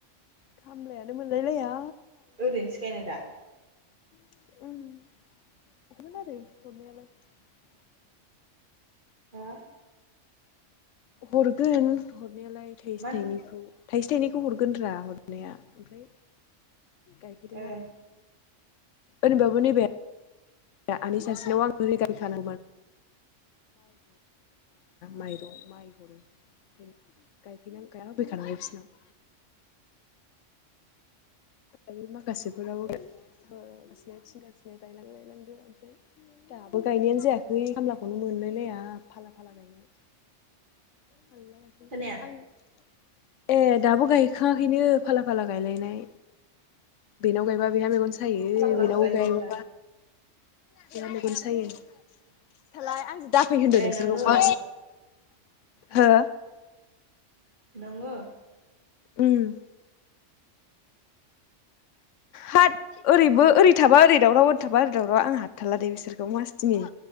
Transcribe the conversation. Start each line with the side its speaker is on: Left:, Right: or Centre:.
Left: खामलायानो मोनलाय लाया।
Right: ओरैनोसो गायनाय दा
Left: उम <unintelligible> <unintelligible> <unintelligible>
Right: हा
Left: हरगोन हरनायालाय थाइसे
Right: मा होनदों
Left: थाइनैखौ थाइसे थाइनै खौ हरगोनद्रा हरनाया ओमफ्राय गायफैदों
Right: ए
Left: आरो। ओरैबाबो नैबे आनि सासेनाव आं <unintelligible> <unintelligible> <unintelligible> खैना माइरं माइ <inaudible> <inaudible> <unintelligible> माखासेफोराबो <inaudible> ओमफ्राय गायनायानो जायाखै खामलाखौनो मोनलायलाया फाला फाला गायनाय।
Right: <inaudible>
Left: <unintelligible>
Right: खोनाया
Left: ए दाबो गायखांङाखैनो फाला -फाला गायलायनाय। बेनाव गायबा बेहा मेगन सायो
Right: फाला फालासो
Left: बेनावबो
Right: गायजोबो
Left: गायबा
Right: दा
Left: <unintelligible> आं दाफैनो होनदों
Right: ए
Left: नोंसोरखौ
Right: नोङो
Left: मा हो
Right: नोंङो
Left: उम
Right: <inaudible>
Left: होथ ओरैबो ओरै थाबा ओरै दावराव ओरै थाबा ओरै दावराव आं हाथारला दे बिसोरखौ मासदिनि।